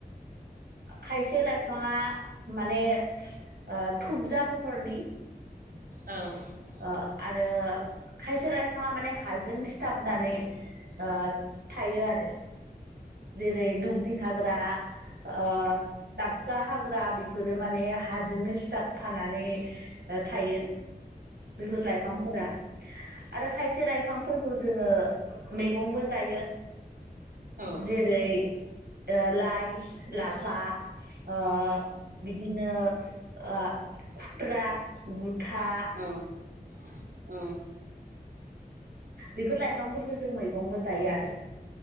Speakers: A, on the right; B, on the right.
A: खायसे लायफांङा माने ओ थुबजा महरनि
B: औ
A: ओ आरो खायसे लाइफाङा माने हाजों सिथाबनानै ओ थायो आरो। जेरै दुब्रि हाग्रा ओ टाब जा हाग्रा बेफोरो माने हाजोंनो सिथाब फानानै ओ थायो। बेफोर लाइफांफोरा आरो खायसे लायफांफोरखौ जोंङो मैगंबो जायो।
B: औ
A: जेरै ओ लाइ, लाफा ओ बिद दिनो ओ खुथ्रा, बुथा
B: औ औ
A: बेफोर लाइफांफोरखो जों मैगंबो जायो आरो